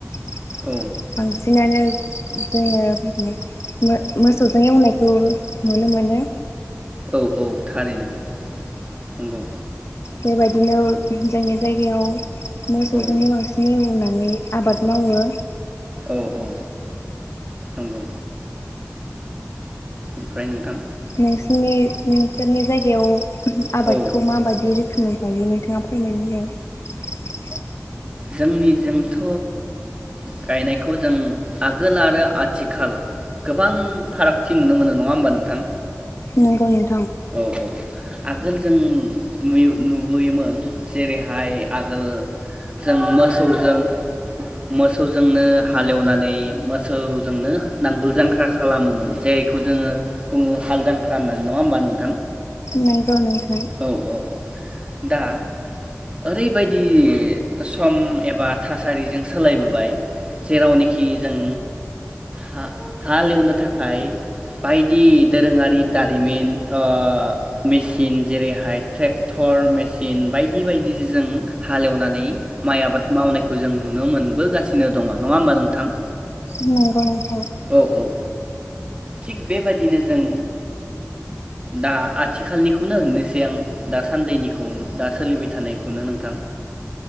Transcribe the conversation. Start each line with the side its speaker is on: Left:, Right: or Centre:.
Left: <inaudible>
Right: औ
Left: बांसिनानो जाङो बिदिनो मो-मोसौजों एवनायखौ नुनो मोनो।
Right: औ औ थारैनो नंगौ।
Left: बेबायदिनो जोंनि जायगायाव मोसौजोंनो
Right: औ
Left: बांसिन एवो ना नानै आबाद मावो।
Right: औ औ नंगौ। ओमफ्राय नोंथां
Left: नोंसोरनि नोंसोरनि जायगायाव आबादखौ
Right: औ
Left: माबायदि रोखो खोमसि गायो नोंथाङा फोरमायनानै हो।
Right: जोंनिजोंथ' गायनायखौ जों आगोल आरो आथिखाल गोबां फारागथि नुनो मोनो नङा होमबा नोंथां?
Left: नोंगौ नों
Right: औ औ। आगोल जों नुयो नुबोयोमोन जेरैहाय आगोल जों मोसौजों मोसौजोंनो हालेवनानै मोसौजोंनो नांगोल जांख्रा खालामोमोन जायखौ जोङो बुङो हाल जांख्रानानै नङा होमबा नों थां?
Left: नोंगौ नोंथां।
Right: औ औ औ। दा ओरैबायदि सम एबा थासारिजों सोलायबोबाय जेरावनोखि जों हा-हालेवनो थाखाय बायदि दोरोङारि दारिमिन ओह मेसिन जेरैहाय ट्रेक्टर मेसिन बायदि बायदि जों हालेवनानै माइ आबाद मावनायखौ जों नुनो मोनबोगासिनो दङ नङा होमबा नोंथां?
Left: नोंगौ नोंथां।
Right: औ औ औ। थिग बेबायदिनो जों दा आथिखालनिखौनो होननोसै आं दा सान्दैनिखौ दा सोलिबाय थानायखौनो नोंथां